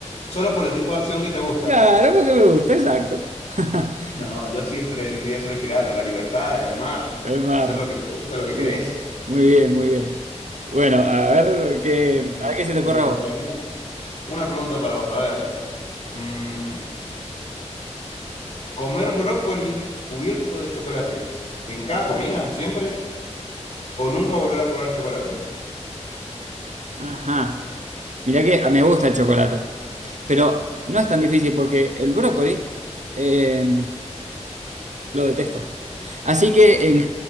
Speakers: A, on the left (about 70°); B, on the right (about 80°).
A: solo por el tipo de acción que te gusta.
B: Claro, porque me gusta, exacto. <laughs>
A: No, yo siempre elegiría ser el pirata, la libertad, el mar,
B: El mar.
A: hacer lo que te gusta, lo que querés.
B: Muy, muy bien, muy bien. Bueno, a ver qué,
A: Mm,
B: a ver qué se te ocurre
A: Me
B: a
A: tocaría.
B: vos.
A: Una pregunta para vos, a ver. Mm, ¿comer brócoli cubierto de chocolate en cada comida, siempre? ¿O nunca volver a probar chocolate?
B: Ajá. Mirá que me gusta el chocolate. Pero no es tan difícil porque el brócoli eh, lo detesto. Así que, en,